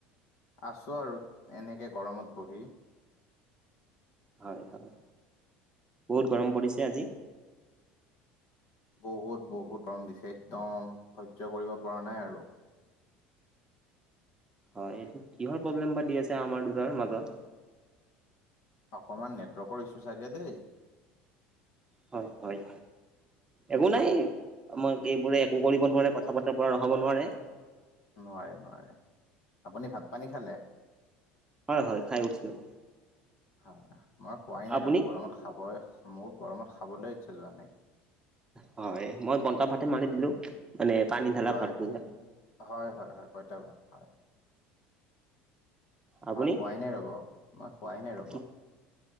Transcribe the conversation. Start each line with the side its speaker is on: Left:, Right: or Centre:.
Left: আছোঁ আৰু এনেকে গৰমত বহি।
Right: হয় হয় বহুত গৰম পৰিছে আজি।
Left: বহুত বহুত ৰং দিছে একদম সহ্য কৰিব পৰা নাই আৰু।
Right: হয় এইটো কিহৰ প্ৰব্লেম বা দি আছে আমাৰ দুটাৰ মাজত,
Left: অকণমান নেটৱৰ্কৰ ইছু চাগে দেই।
Right: হয় হয় একো নাই আমাৰ এইবোৰে ক কৰিব নোৱাৰে কথা বতাৰ পৰা ৰখাব নোৱাৰে।
Left: নোৱাৰে নোৱাৰে। আপুনি ভাত পানী খালে?
Right: হয় হয় খাই উঠিলো।
Left: হয় মই খুৱাই নাই
Right: আপুনি
Left: ৰব গৰমত খাব মোৰ গৰমত খাবলৈ ইচ্ছা যোৱা নাই।
Right: হয় মই পন্তা ভাতে মাৰি দিলো। মানে পানী ঢালা
Left: হয়
Right: ভাতটো
Left: হয়
Right: যে
Left: হয় হয় হয় প‌ইতাভাত হয়
Right: আপুনি
Left: মই খোৱাই নাই ৰ'ব মই খোৱাই নাই ৰ'ব।
Right: কি